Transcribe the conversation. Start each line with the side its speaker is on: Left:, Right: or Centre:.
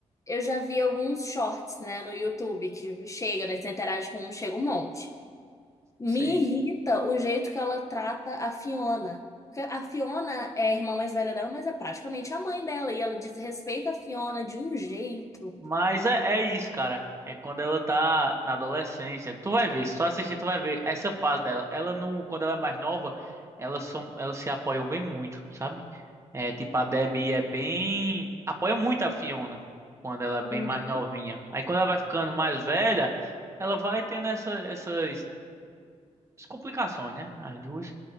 Left: eu já vi alguns shorts, né, no YouTube que chega, né, você interage com um, chega um monte. Me
Right: Sei.
Left: irrita o jeito que ela trata a Fiona. Porque A Fiona é a irmã mais velha dela, mas é praticamente a mãe dela. E ela desrespeita a Fiona de um jeito.
Right: Mas é, é isso, cara. É quando ela tá na adolescência. Tu vai ver, se tu assistir, tu vai ver essa fase dela. Ela não, quando ela é mais nova, elas são, elas se apoiam bem muito, sabe? É, tipo, a Debbie é bem, apoia muito a Fiona quando ela é bem
Left: Uhum,
Right: mais novinha. Aí quando ela vai ficando mais velha, ela vai tendo essa, essas essas complicações, né? As duas.